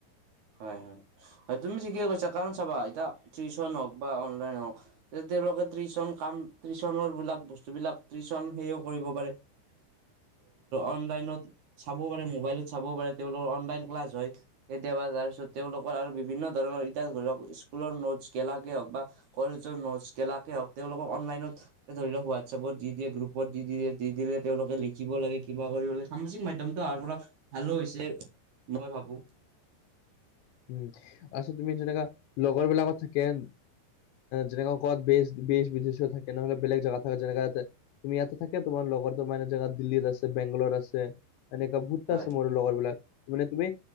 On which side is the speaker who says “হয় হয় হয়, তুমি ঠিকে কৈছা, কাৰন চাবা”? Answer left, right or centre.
Right